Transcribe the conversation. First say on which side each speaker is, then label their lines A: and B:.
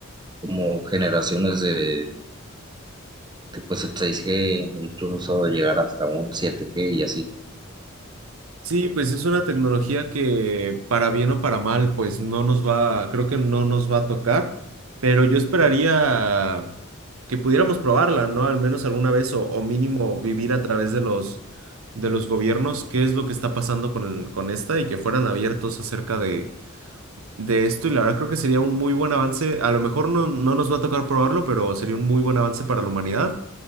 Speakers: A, on the right (about 20°); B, on the right (about 90°).
A: como generaciones de, de, pues el seis g incluso llegar hasta un siete g y así.
B: Sí, pues es una tecnología que para bien o para mal, pues no nos va, creo que no nos va a tocar, pero yo esperaría que pudiéramos probarla, ¿no? Al menos alguna vez o, o mínimo vivir a través de los, de los gobiernos, qué es lo que está pasando con, con esta y que fueran abiertos acerca de de esto y la verdad creo que sería un muy buen avance. A lo mejor no, no nos va a tocar probarlo, pero sería un muy buen avance para la humanidad.